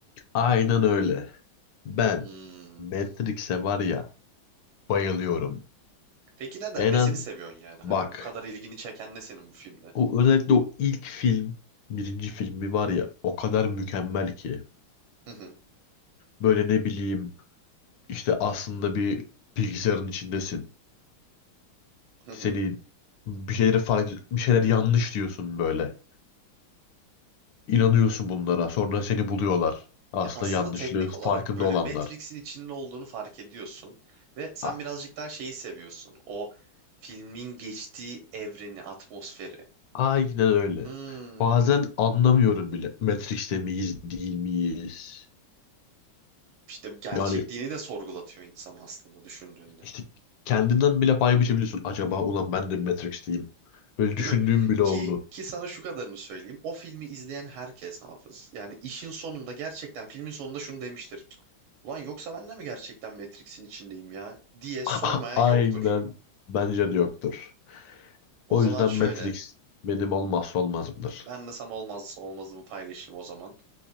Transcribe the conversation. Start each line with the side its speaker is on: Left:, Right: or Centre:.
Left: Aynen öyle. Ben
Right: Hmm.
Left: Matrix'e var ya bayılıyorum.
Right: Peki neden
Left: En
Right: nesini
Left: az
Right: seviyorsun yani? Hani
Left: bak.
Right: bu kadar ilgini çeken ne senin bu filmde?
Left: O, özellikle o ilk film birinci filmi var ya o kadar mükemmel ki.
Right: Hı hı.
Left: Böyle ne bileyim işte aslında bir bilgisayarın içindesin.
Right: Hı hı.
Left: seni bir şeyleri fark bir şeyler yanlış diyorsun böyle. İnanıyorsun bunlara. Sonra seni buluyorlar. Aslında
Right: Ya aslında
Left: yanlışlığı
Right: teknik olarak
Left: farkında
Right: böyle
Left: olanlar.
Right: Matrix'in içinde olduğunu fark ediyorsun ve sen
Left: A-
Right: birazcık daha şeyi seviyorsun. O filmin geçtiği evreni, atmosferi.
Left: Aynen öyle.
Right: Hmm,
Left: Bazen anlamıyorum bile. Matrix'te miyiz, değil miyiz?
Right: işte gerçekliğini
Left: Yani
Right: de sorgulatıyor insan aslında düşündüğünde.
Left: işte kendinden bile pay biçebiliyorsun. Acaba ulan ben de mi Matrix'teyim. Böyle düşündüğüm
Right: Değil mi?
Left: bile oldu.
Right: Ki ki sana şu kadarını söyleyeyim. O filmi izleyen herkes hafız. Yani işin sonunda gerçekten filmin sonunda şunu demiştir. "Cık, Ulan yoksa ben de mi gerçekten Matrix'in içindeyim ya diye
Left: <laughs>
Right: sormayan
Left: Aynen
Right: yoktur.
Left: bence de yoktur.
Right: O
Left: O
Right: zaman
Left: yüzden
Right: şöyle
Left: Matrix benim olmazsa olmazımdır.
Right: Ben de sana olmazsa olmazımı paylaşayım o zaman.